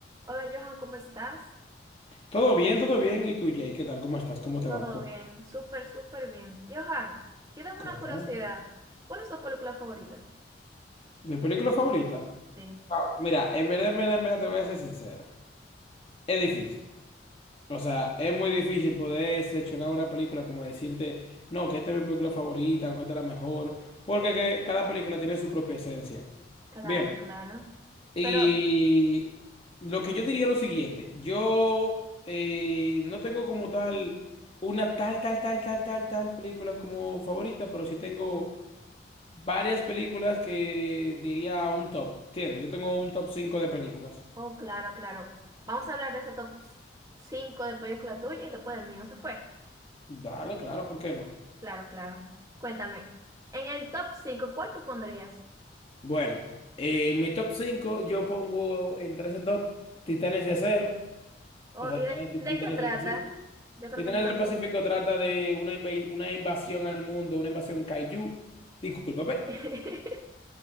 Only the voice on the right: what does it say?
Hola Johan, ¿cómo estás?
Todo
bien, súper, súper bien. Johan, yo tengo
una curiosidad. ¿Cuál es tu película favorita?
Sí,
claro,
claro.
Pero,
oh, claro, claro. Vamos a hablar de ese top 5, de película tuya y después del mío se fue.
Claro, claro. Cuéntame, en el top 5, ¿cuál tú pondrías?
Oh,
¿y
de, de
qué trata?
Yo creo
que no lo...
<laughs>